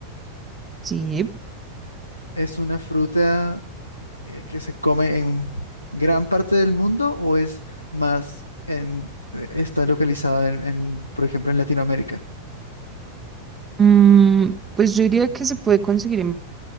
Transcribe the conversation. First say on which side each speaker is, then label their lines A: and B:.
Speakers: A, on the right (about 15°); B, on the left (about 85°).
A: Sí.
B: es una fruta eh, que se come en gran parte del mundo o es más en, eh, está localizada en, en, por ejemplo, en Latinoamérica.
A: Mm, pues yo diría que se puede conseguir en